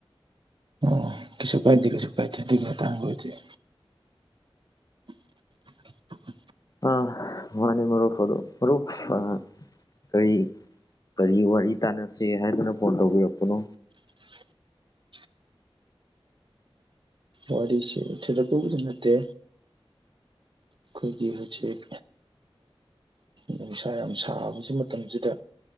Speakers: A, on the right; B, on the left.
A: ꯑꯣ ꯀꯁꯨ ꯄꯥꯏꯗꯦ ꯀꯁꯨ ꯄꯥꯏꯗ ꯑꯗꯨ ꯇꯥꯡꯒ ꯑꯣꯏꯗꯤꯦ <unintelligible>
B: ꯑ ꯃꯥꯅꯤ ꯔꯨꯐ ꯑꯗꯨ ꯔꯨꯐ ꯀꯔꯤ ꯀꯔꯤ ꯋꯥꯔꯤ ꯇꯥꯟꯅꯁꯤꯦ ꯍꯥꯏꯗꯅ ꯐꯣꯟ ꯇꯧꯕꯤꯔꯛꯄꯅꯣ
A: <unintelligible> ꯋꯥꯔꯤꯗꯤꯁꯦ ꯊꯂꯄꯣꯗ ꯅꯠꯇꯦ ꯑꯩꯈꯣꯏꯒꯤ ꯍꯧꯖꯤꯛ ꯅꯨꯡꯁꯥ ꯌꯥꯝ ꯁꯥꯕꯁꯤ ꯃꯇꯝꯁꯤꯗ